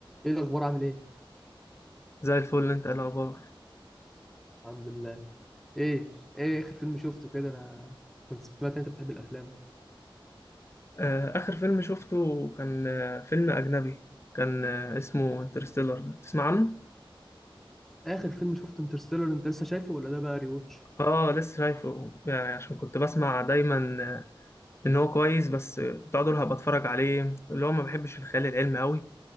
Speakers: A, in the centre; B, on the left.
A: ايه الاخبار عامل ايه
B: زي الفل انت ايه الاخبار
A: الحمد لله ايه ايه اخر فيلم شفته كده انا كنت سمعت إن انت بتحب الافلام
B: آه، اخر فيلم شفته كان آه، فيلم اجنبي كان آه، اسمه انترستيلر تسمع عنه
A: اخر فيلم شفته انترستيلر انت لسه شايفه ولا ده بقى ريوتش
B: اه لسه شايفه يعني عشان كنت بسمع دايما آه، ان هو كويس بس آه، كنت اقعد اقول هبقى اتفرج عليه اللي هو ما بحبش الخيال العلمي قوي